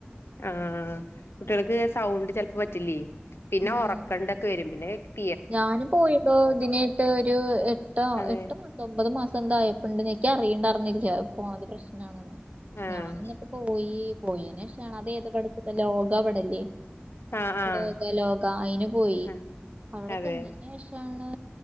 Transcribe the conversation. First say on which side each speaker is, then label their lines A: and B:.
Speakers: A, on the left; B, on the right.
A: ആഹ് കുട്ടികൾക്ക് സൗണ്ട് ചെലപ്പൊ പറ്റില്ലേ പിന്നെ
B: ഉം
A: ഉറക്കണ്ട ക് വരും പിന്നെ കഴി
B: ഞാനും പോയിടൊ ഇതിനായിട്ട് ഒരു എട്ടോ
A: അതെ
B: എട്ട്മാസ തൊമ്പത് മാസം എന്തായപ്പണ്ട് ഞക്ക്യ അറിയിണ്ടായിർന്നില്ല്യ പോണത് പ്രശ്നാണെന്ന്
A: ആഹ്
B: ഞാനിന്നട്ട്പോയി പോയനേഷാണ് അതേ ഏത് പടത്ത്ത ലോകപടല്ല്യേ
A: ആഹ് ആഹ്
B: ലോകലോക അയിന്പോയി
A: ആഹ്
B: അവടെതന്നെ
A: അതെ
B: അയിന്ശേ ഷാണ്